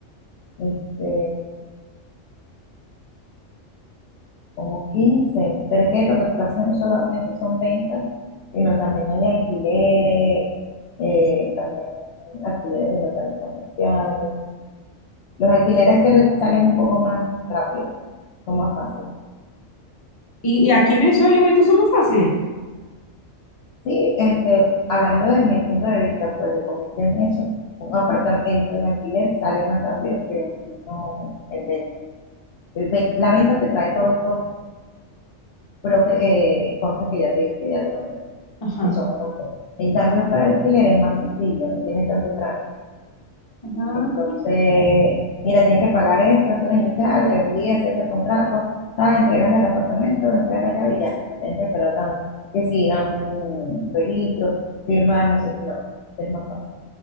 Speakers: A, on the left; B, on the left.
A: este, como 15 pero es que lo que pasa es que no solamente son ventas, sino también hay alquileres, eh, también alquileres de locales comerciales. Los alquileres se- salen un poco más rápido, son más fáciles.
B: Y, y aquí en Venezuela igualitos somos fáciles.
A: Sí, este, hablando de mi punto de vista, pues de comisión eso, un apartamento en alquiler sale más rápido que uno en venta. El ve- La venta te trae todos estos pro- eh, contras que ya te, que ya te nombré.
B: Ajá.
A: que son un montón. En cambio, para el alquiler es más sencillo, no tiene tanto trámite.
B: Ajá.
A: Entonces, mira, tienes que pagar esto, esto de inicial, en un día se hace el contrato, tal, entregas el apartamento, entregas la llave y ya, no tienes que esperar tanto. Que si ir a un registro, firmar, no sé, no, este es más fácil.